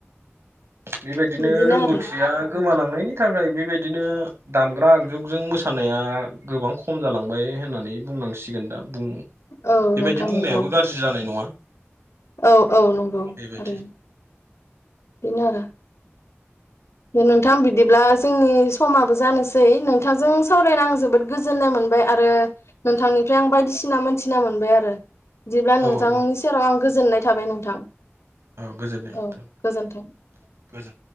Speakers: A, on the right; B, on the left.
A: बेबायदिनो
B: बिदिनो
A: रोंगौथिया
B: आरो
A: गोमालांनायनि थाखाय बेबायदिनो दामग्रा। जुगजों मोसानाया गोबां खम जालांबाय होननानै बुंनांसिगोन दा। बुं
B: औ
A: बेबायदि
B: नोंथां
A: बुंनायाबो
B: नंगौ
A: गाज्रि जानाय नङा।
B: औ औ नंगौ
A: बेबायदि
B: थारैनो। इनारो। दे नोंथां बिदिब्ला जोंनि समाबो जानोसै नोंथांजों सावरायनो आं जोबोद गोजोननाय मोनबाय आरो नोंथांनिफ्राय आं बायदिसिना मोनथिना मोनबाय आरो। बिदिब्ला
A: औ
B: नोंथांनि
A: औ
B: सेराव आं। गोजोननाय थाबाय नोंथां।
A: औ गोजोननाय
B: औ
A: था
B: गोजोन्थों
A: गोजोन।